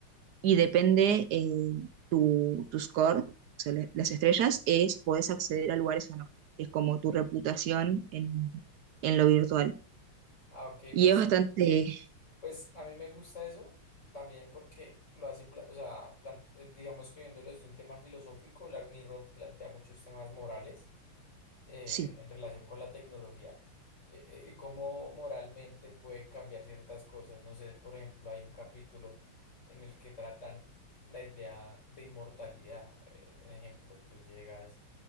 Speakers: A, on the right (about 75°); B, on the left (about 35°).
A: y depende eh, tu, tu score, o sea, la- las estrellas, es, podés acceder a lugares o no, es como tu reputación en, en lo virtual.
B: Ah, ok,
A: Y
B: pues.
A: es bastante,
B: Pues a mí me gusta eso también porque lo hace, pla- o sea, plan- eh, digamos que viéndolo desde un tema filosófico, Black Mirror plantea muchos temas morales eh,
A: sí,
B: en relación con la tecnología, eh, eh, y cómo moralmente puede cambiar ciertas cosas. No sé, por ejemplo, hay un capítulo en el que tratan la idea de inmortalidad. Eh, ejemplo, tú llegas,